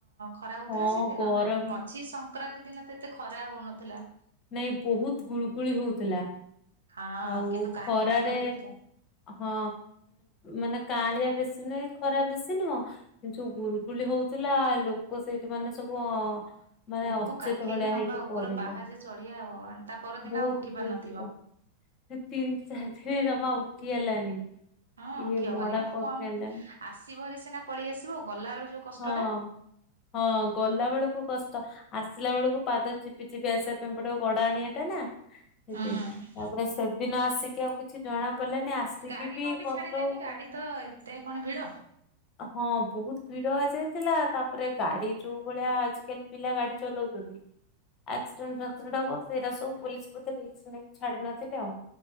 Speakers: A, on the right; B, on the left.
A: ଖରା ହଉଥିଲା
B: ହଁ
A: ସେଇଦିନ
B: ଗରମ
A: ନା ମଝି ସଂକ୍ରାନ୍ତି ଦିନ ତ ଏତେ ଖରା ହଉନଥିଲା ଥିଲା।
B: ନାଇ ବହୁତ ଗୁଳୁଗୁଳି ହଉଥିଲା।
A: ହଁ
B: ଆଉ
A: କିନ୍ତୁ କାଁଳିଆ
B: ଖରାରେ
A: ପାଗ ଦେଇଥିଲା।
B: ହଁ ମାନେ କାଳିଆ ବେଶୀ ନୁହ ଖରା ବେଶୀ ନୁହଁ କିନ୍ତ ଯୋଉ ଗୁଲଗୁଳି ହଉଥିଲା ଲୋକ ସେଇଠି ମାନେ ସବୁ ମାନେ
A: ପୁଅକୁ
B: ଅଚେତ
A: କାଖେଇକି
B: ଭଳିଆ
A: ନବା
B: ହେଇକି
A: ଉପର
B: ପଡିଲା
A: ପାହାଚ ଚଢିବା ଭଗବାନ ତା ପରଦିନ
B: ବହୁତ
A: ଆଉ ଉଠି
B: ବହୁତ
A: ପାରୁ ନଥିବ।
B: କ- ତିନି ଚାରି ଦିନ ଜମା ଉଠି ହେଲାନି
A: ହଁ
B: କି
A: ଉଠି ହବନି
B: ମଡା
A: ଆ
B: ପକେଇଲାନ
A: କମ ଆସିବରି ସିନା ପଳେଇ ଆସିବ ଗଲା ବେଳୁ ଯୋଉ କଷ୍ଟ
B: ହଁ
A: ଟା।
B: ହଁ ଗଲା ବେଳକୁ କଷ୍ଟ। ଆସିଲା ବେଳକୁ ପାଦ ଚିପି ଚିପି ଆସିବା ପାଇଁ ପଡେ ଗଡା ଆଣିବା ଟା ନା।
A: ହୁଁ
B: <inaudible> ତାପରେ ସେଦିନ ଆସିକି କେଉ କିଛି ଜଣା ପଡ଼ିଲାନି ଆସିକି
A: ଗାଡି
B: ବି
A: କଣ ପାଇଁ
B: କଷ୍ଟ
A: ଛାଡିଲେନି
B: ହଉଥିଲା
A: ଗାଡି ତ ଏତେ କଣ ଭିଡ।
B: ହଁ ବହୁତ ଭିଡ ହେଇଯାଇଥିଲା ତା ତାରେ ଗାଡି ଯୋଉ ଭଳିଆ ଆଜିକାଲି ପିଲା ଗାଡି ଚଲାଉଛନ୍ତି ଆକ୍ସିଡେଣ୍ଟ ଫକ୍ସିଡେଣ୍ଟ ହବ ସେଇଟା ସବୁ ପୋଲିସ ବୋଧେ ରିକ୍ସ ନେଇ ଛାଡି ନଥିଲେ ଆଉ